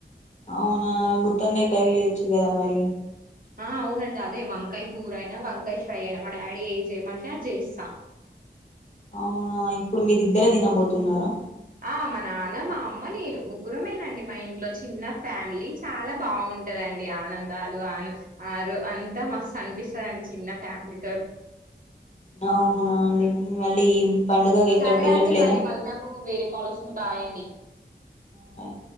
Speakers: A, on the left; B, on the right.
A: అవునా గుత్తోంకాయా కరీయొచ్చు కదా మరి.
B: ఆ అవునండి అదే వంకాయ కూర అయినా, వంకాయ ఫ్రై అయినా మా డాడీ ఏం చేయమంటే అది చేస్తా.
A: అవునా ఇప్పుడు మీరిద్దరే తినబోతున్నరా.
B: ఆ మా నాన్న, మా అమ్మ, నేను ముగ్గురమేనండి. మా ఇంట్లో చిన్న ఫ్యామిలీ చాలా బావుంటదండి. ఆనందాలు ఆన ఆరు అంతా మస్తు అనిపిస్తదండి చిన్న ఫ్యామిలీతోని.
A: అవునా నీకు మళ్ళీ పండుగకి ఎక్కడికి
B: సరే
A: వెళ్ళట్లేదా
B: అండి మరి మళ్ళీ నాకు వేరే కాల్ వస్తుంది. బాయండి.
A: బాయ్